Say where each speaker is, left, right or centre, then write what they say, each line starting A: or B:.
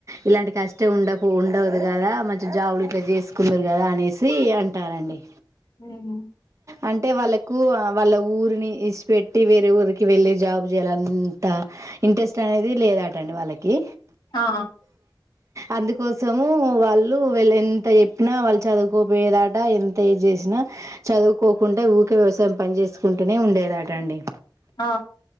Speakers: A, on the right (about 40°); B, on the left (about 75°).
A: ఇలాంటి కష్టం ఉండ పొ ఉండదు గదా మంచి జాబ్ గిట్ల చేసుకుందూరు గదా అనేసి అంటారండి
B: అవునా.
A: అంటే వాళ్ళకు, ఆ వాళ్ళ ఊరిని ఇడిసిపెట్టి వేరే ఊరికి వెళ్ళి జాబ్ జేయాలంతా. హా ఇన్పిస్. <unintelligible> అనేది లేదటఅండి, వాళ్ళకి
B: ఆ
A: అందుకోసము వాళ్. ను వేళ్ ఎంత చెప్పినా, వాళ్ళు చదువుకోపోయేదాట, ఎంత ఏది చేసినా. చదువుకోకుంటే ఊకే వ్యవసాయం పని చేేసుకుంటూనే, ఉండేదట అండి.
B: ఆ.